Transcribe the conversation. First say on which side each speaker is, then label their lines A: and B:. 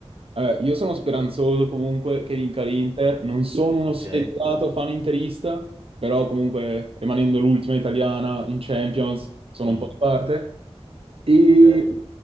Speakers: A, on the right (about 60°); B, on the right (about 25°).
A: Eh, io sono speranzoso comunque che vinca l'Inter, non sono uno
B: Ok?
A: sfegatato fan interista, però comunque rimanendo l'ultima italiana in Champions sono
B: Mm.
A: un po' di parte. E
B: Ok,